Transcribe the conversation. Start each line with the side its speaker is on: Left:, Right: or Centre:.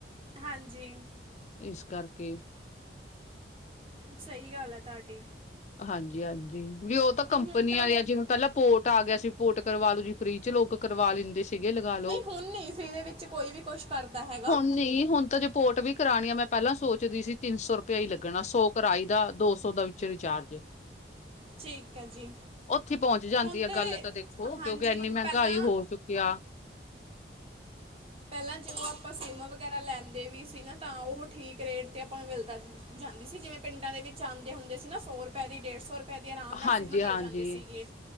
Right: ਹਾਂਜੀ।
Left: ਇਸ ਕਰਕੇ।
Right: ਸਹੀ ਗੱਲ ਹੈ, ਤੁਹਾਡੀ।
Left: ਹਾਂਜੀ ਹਾਂਜੀ, ਵੀ ਉਹ ਤਾਂ ਕੰਪਨੀ
Right: ਹੁਣ ਤਾਂ
Left: ਵਾਲੇ ਆ ਜਿਵੇਂ। ਪਹਿਲਾਂ ਪੋਰਟ ਆ ਗਿਆ ਸੀ। ਪੋਰਟ ਕਰਵਾ ਲੂ ਜੀ ਫਰੀ ਚ੍ ਲੋਕ ਕਰਵਾ ਲੈਂਦੇ ਸੀ। ਸੀਗੇ ਲਗਾ ਲਓ
Right: ਨਹੀਂ ਹੁਣ ਨਹੀਂ ਫ੍ਰੀ ਦੇ ਵਿੱਚ ਕੋਈ ਵੀ ਕੁਝ ਕਰਦਾ ਹੈਗਾ
Left: ਹੁਣ ਨਹੀਂ, ਹੁਣ ਤਾਂ ਰਿਪੋਰਟ ਵੀ ਕਰਾਣੀਆਂ ਮੈਂ ਪਹਿਲਾਂ ਸੋਚਦੀ ਸੀ, ਤਿੰਨ ਸੌ ਰੁਪਇਆ ਹੀ ਲੱਗਣਾ ਸੌ ਕਰਾਈ ਦਾ ਦੋ ਸੌ ਦਾ ਵਿੱਚ ਰਿਚਾਰਜ।
Right: ਠੀਕ ਹੈ ਜੀ
Left: ਉੱਥੇ ਪਹੁੰਚ ਜਾਂਦੀ
Right: ਹੁਣ
Left: ਆ
Right: ਤੇ
Left: ਗੱਲ, ਤਾਂ ਦੇਖੋ
Right: ਹਾਂਜੀ
Left: ਕਿਉਂਕਿ ਇੰਨੀ ਮਹਿੰਗਾਈ
Right: ਪਹਿਲਾਂ
Left: ਹੋ ਚੁੱਕੀ ਕਿਆ,
Right: ਪਹਿਲਾਂ ਜੋ ਆਪਾਂ ਸਿੰਮ ਵਗੈਰਾ ਲੈਂਦੇ ਵੀ ਸੀ ਨਾ, ਤਾਂ ਉਹ ਠੀਕ ਰੇਟ ਤੇ ਆਪਾਂ ਨੂੰ ਮਿਲਦਾ ਸੀ। ਜਾਂਦੀ ਸੀ ਜਿਵੇਂ ਪਿੰਡਾਂ ਦੇ ਵਿੱਚ ਆਉਂਦੇ ਹੁੰਦੇ ਸੀ ਨਾ, ਸੌ ਰੁਪਏ ਦੀ ਡੇਢ ਸੌ ਰੁਪ ਦੇ ਆਰਾਮ ਨਾਲ
Left: ਹਾਂਜੀ-ਹਾਂਜੀ,
Right: ਸਿੰਮ ਦੇ ਜਾਂਦੇ ਸੀਗੇ